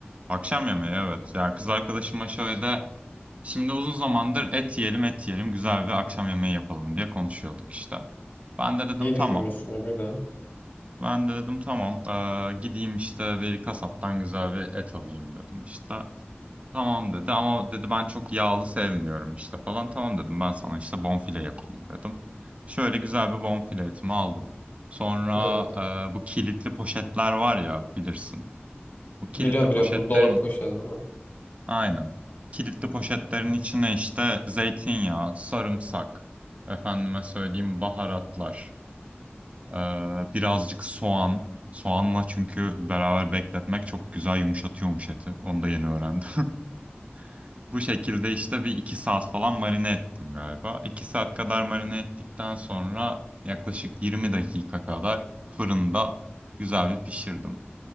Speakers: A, on the right; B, on the left.
A: akşam yemeği evet. Ya kız arkadaşıma şöyle şimdi uzun zamandır et yiyelim et yiyelim güzel bir akşam yemeği yapalım diye konuşuyorduk işte. Ben de dedim
B: İyi düşünmüşsünüz.
A: tamam.
B: Güzel.
A: Ben de dedim tamam eee, gideyim işte bir kasaptan güzel bir et alayım dedim işte. Tamam dedi ama dedi ben çok yağlı sevmiyorum işte falan. Tamam dedim ben sana işte bonfile yapayım dedim. Şöyle güzel bir bonfile etimi aldım. Sonra
B: Evet.
A: eee, bu kilitli poşetler var ya bilirsin. Bu kilitli
B: Biliyorum biliyorum.
A: poşetlerin
B: Buzdolabı poşeti değil mi?
A: aynen. Kilitli poşetlerin içine işte zeytinyağı, sarımsak, efendime söyleyeyim baharatlar. Ee, birazcık soğan. Soğanla çünkü beraber bekletmek çok güzel yumuşatıyormuş eti. Onu da yeni öğrendim. <laughs> Bu şekilde işte bir iki saat falan marine ettim galiba. iki saat kadar marine ettikten sonra yaklaşık 20 dakika kadar fırında güzel bir pişirdim.